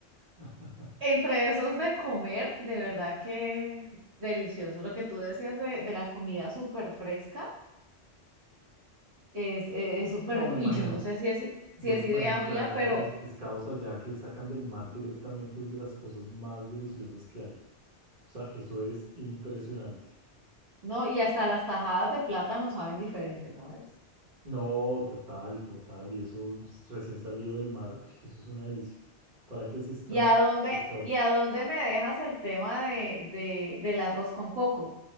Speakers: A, on the right; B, on the right.
A: <laughs>
B: entre esos de comer, de verdad que delicioso. Lo que tú decías de, de la comida súper fresca es eh, es súper
A: No,
B: rico.
A: me
B: Y
A: imagino.
B: yo no sé si es,
A: Yo
B: si es
A: me
B: idea
A: imagino
B: mía,
A: realmente
B: pero
A: los pescados allá que sacan del mar directamente es de las cosas más deliciosas que hay. O sea, eso es impresionante.
B: no, y hasta las tajadas de plátano saben diferentes, ¿sabes?
A: No, total, total. Y eso pues, recién salido del mar, uy, eso es una delicia. ¿Para qué se extrañan
B: ¿Y a dónde,
A: los pescados?
B: y a dónde me dejas el tema de, de, del arroz con coco?